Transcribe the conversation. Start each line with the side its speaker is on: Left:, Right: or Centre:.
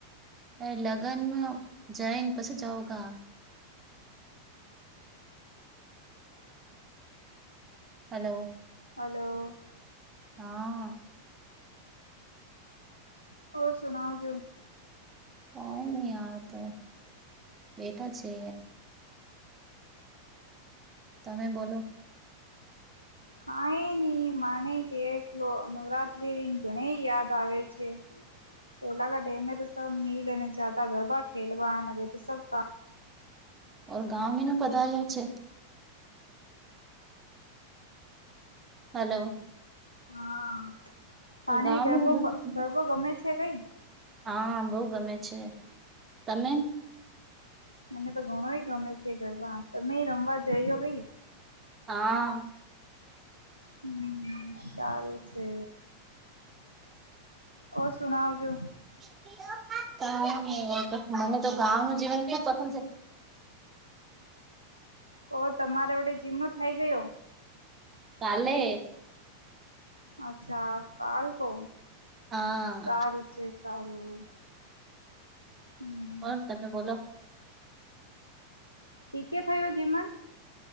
Right: એ લગનમાં જઈને પછી જાવ કા. હલો
Left: હલો
Right: હા
Left: હ ઓ સુનાવ છું.
Right: કઈ ની યાર તો બેઠા છે. તમે બોલો
Left: કઈ ની માને દખલો નવરાત્રી દિન ઘણી યાદ આવે છે.
Right: <inaudible>
Left: પેલા કે ડેમે તો સબ મિલને જાતા ગરબા ખેલવા. હવે, તો સબ કા
Right: ઓર ગાંવ મીનને પતા જ છે હલો
Left: હા, પાને
Right: ગામ
Left: ગરબો
Right: ન
Left: ગરબો ગમે છે, કઈ?
Right: હા, બહુ ગમે છે. તમે?
Left: મને તો ઘણોય ગમે છે, ગરબા તમે રમવા જઈયો ગઈ
Right: હા.
Left: હમ સારું છે. ઓ સુનાઓ <inaudible> જો..
Right: <inaudible> મને તો ગાંવનું જીવન ખુબ પસંદ છે.
Left: ઓ તમારે વડે જીમનો થઇ ગયો.
Right: કાલે
Left: અચ્છા કાલ કો
Right: હા
Left: સારું છે. તારું હમ
Right: કોણ તમે બોલો
Left: કી કે થયો જેમાં